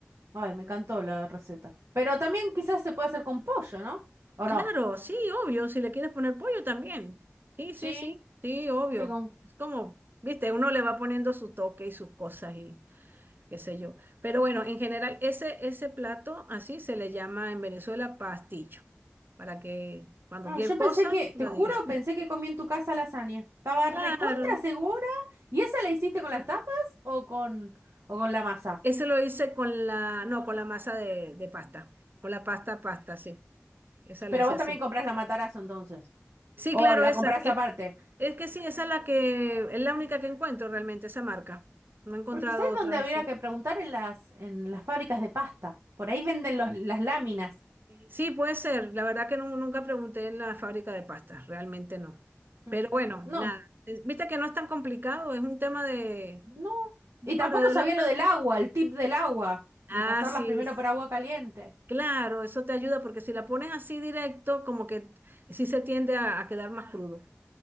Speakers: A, on the right (about 65°); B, on the right (about 45°).
A: Ay, me encantó la receta. Pero también quizás se puede hacer con pollo, ¿no? ¿O
B: Claro,
A: no?
B: sí, obvio, si le quieres poner pollo también. Sí, sí,
A: Sí.
B: sí, sí, obvio.
A: Sí, con
B: Es como, viste, uno le va poniendo su toque y sus cosas y... qué sé yo. Pero bueno, en general, ese, ese plato así se le llama en Venezuela pastillo, para que cuando
A: No,
B: cualquier
A: yo
B: cosa
A: pensé que, te
B: lo
A: juro,
B: diga. <laughs>
A: pensé que comí en tu casa lasaña. Estaba
B: Claro,
A: recontra segura. ¿Y esa la hiciste con las tapas o con, o con la masa?
B: ese lo hice con la, no, con la masa de, de pasta, con la pasta, pasta, sí, esa la
A: Pero
B: hice
A: vos
B: así.
A: también comprás la matarazo entonces.
B: Sí,
A: O
B: claro,
A: la
B: esa,
A: comprás
B: es,
A: aparte.
B: es que sí, esa es la que, es la única que encuentro realmente, esa marca. No he encontrado
A: Porque ¿sabes
B: otras
A: dónde habría
B: así.
A: que preguntar? En las, en las fábricas de pasta. Por ahí venden los- las láminas.
B: Sí, puede ser. La verdad que nu- nunca pregunté en la fábrica de pastas, realmente no.
A: Mm.
B: Pero bueno,
A: No,
B: nada. Es- Viste que no es tan complicado, es un tema de,
A: no.
B: bueno,
A: Y tampoco
B: de
A: sabía
B: la mano.
A: lo del agua, el tip del agua.
B: Ah,
A: De pasarlas
B: sí,
A: primero
B: s-
A: por agua caliente.
B: claro, eso te ayuda porque si la pones así directo, como que sí se tiende a, a quedar más crudo.